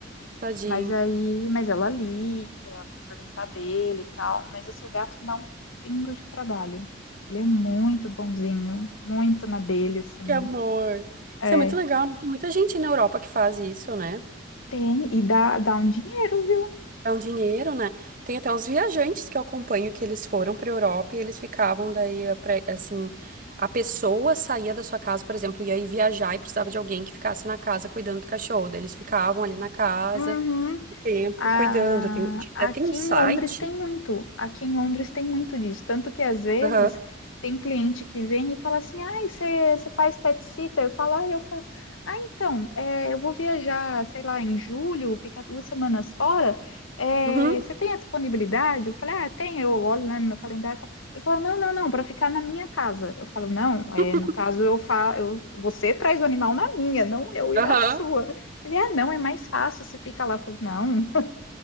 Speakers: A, on the right (about 45°); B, on the left (about 90°).
A: Tadinho.
B: Mas aí, mas ela liga para perguntar dele e tal. Mas assim, o gato não dá um pingo de trabalho. Ele é muito bonzinho, muito na dele, assim.
A: Que amor.
B: É,
A: Isso é muito legal, né? Tem muita gente na Europa que faz isso, né?
B: tem, e dá, dá um dinheiro, viu?
A: É um dinheiro, né? Tem até uns viajantes que eu acompanho que eles foram para Europa e eles ficavam daí, eh, pra- assim, a pessoa saía da sua casa, por exemplo, ia aí viajar e precisava de alguém que ficasse na casa cuidando do cachorro. Daí eles ficavam ali na casa,
B: Uhum.
A: o tempo,
B: A-
A: cuidando. Tem,
B: aqui
A: até tem um site.
B: em Londres tem muito, aqui em Londres tem muito disso. Tanto que às vezes
A: Aham.
B: tem cliente que vem e fala assim: ai, você você faz pet sitter? Eu falo, ah, eu faço. Ah, então, é, eu vou viajar, sei lá, em julho, ficar duas semanas fora. é,
A: Uhum.
B: você tem a disponibilidade? Eu falei, ah, tem, eu olho lá no meu calendário. e tal." Ele fala, não, não, não, para ficar na minha casa. Eu falo, não, é,
A: <laughs>
B: no caso eu falo, eu, você traz o animal na minha, não eu ir
A: Aham.
B: na sua. Ele, ah, não, é mais fácil, você fica lá. Eu falo, não.